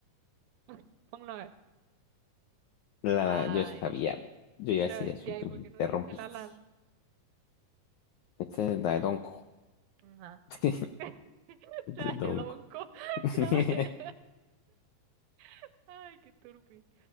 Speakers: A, on the right (about 80°); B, on the left (about 85°).
A: <laughs> ponlo a ver.
B: La,
A: Ay,
B: yo sabía, ve. yo iba
A: pero
B: a decir eso
A: ya,
B: y tú
A: ¿y por
B: me interrumpiste.
A: qué no dijiste la lan?
B: Este es la de Donko.
A: Ajá.
B: <laughs>
A: ¿qué? <laughs>
B: De
A: La
B: Donko.
A: de Donko. <laughs>
B: <laughs>
A: la de- <laughs> Ay, qué turpi.